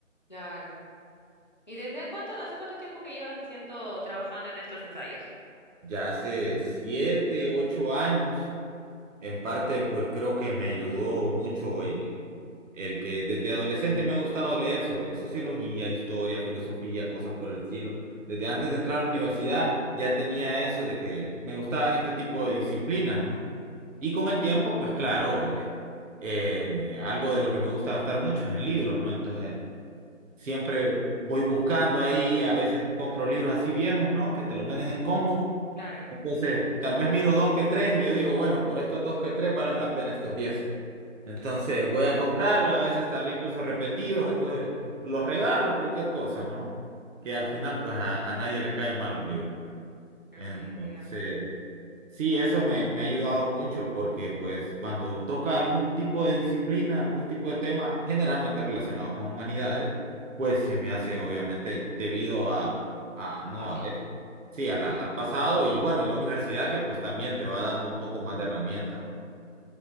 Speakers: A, on the left; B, on the right.
A: Claro. ¿Y desde a cuánto, hace cuánto tiempo que llevas haciendo, trabajando en estos ensayos?
B: Ya hace siete, ocho años. En parte, pues creo que me ayudó mucho el, el que desde adolescente me ha gustado leer sobre sociología, historia, filosofía, cosas por el estilo. Desde antes de entrar a la universidad ya tenía eso de que me gustaban este tipo de disciplinas, ¿no? Y con el tiempo, pues claro, eh, eh, algo de lo que me gusta gastar mucho es en libros, ¿no? Entonces, siempre voy buscando ahí, a veces compro libros así viejos, ¿no? Que te los venden en combo
A: Claro,
B: entonces, tal vez miro dos que tres y yo digo, bueno, por estos dos que tres valen la pena estos diez. Entonces, voy a comprar, a veces tal vez incluso repetidos, entonces los regalo, cualquier cosa, ¿no? Que al final, pues a, a nadie le cae mal un libro.
A: definitivamente.
B: Entonces, Sí, eso me, me ha ayudado mucho porque pues cuando toca algún tipo de disciplina, algún tipo de tema generalmente relacionado con humanidades, pues se me hace obviamente debido a, a
A: No
B: no
A: es fácil.
B: a esto, sí, a la- al pasado y bueno, y la universidad que pues también te va dando un poco más de herramientas. ¿no?